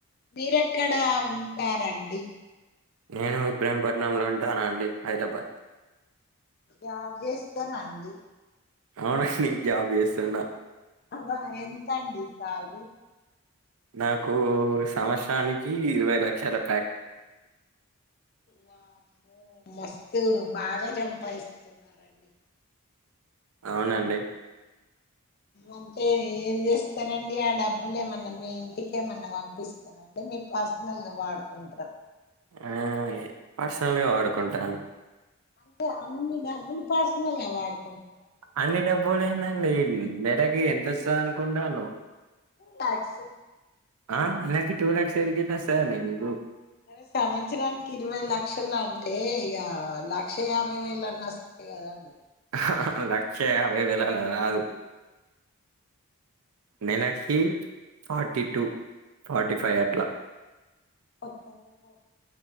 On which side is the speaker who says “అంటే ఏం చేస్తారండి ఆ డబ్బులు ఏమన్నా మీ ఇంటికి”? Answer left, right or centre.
Left